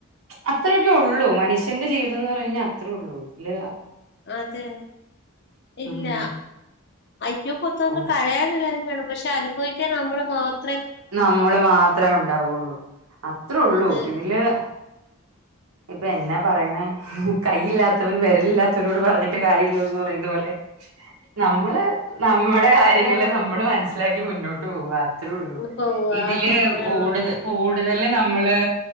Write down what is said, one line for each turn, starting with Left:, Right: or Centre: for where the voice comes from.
Right: അത്രയൊക്കെ ഉള്ളൂ മനുഷ്യന്റെ ജീവിതം ന്ന് പറഞ്ഞ അത്രേ ഉള്ളൂ തില്
Left: അതെ ഇല്ല
Right: ഉം ഉം.
Left: അയ്യോ പൊത്തൊന്നും
Right: അതെ
Left: കരയാനല്ലാരും കാണും പക്ഷെ അനുഭവിക്കാൻ നമ്മള് മാ <unintelligible>
Right: നമ്മള് മാത്രാവും ഉണ്ടാവൊള്ളൂ അത്രേ ഉള്ളൂ
Left: അതെ
Right: ഇതില് ഇപ്പൊ എന്നാ പറയ്ണേ കൈയില്ലാത്തവൻ വെരലില്ലാത്തവനോട് പറഞ്ഞിട്ട് കാര്യം ഇില്ലന്ന് പറയുന്ന പോലെ നമ്മള് നമ്മടെ കാര്യങ്ങള്
Left: അതെ
Right: നമ്മള് മനസ്സിലാ ക്കി മുന്നോ ട്ട് പോവാ അത്ര ഉള്ളൂ
Left: ഉം പോവാ
Right: ഇതില്
Left: അത്രേള്ളൂ
Right: ഊടു കൂടുതൽ നമ്മള്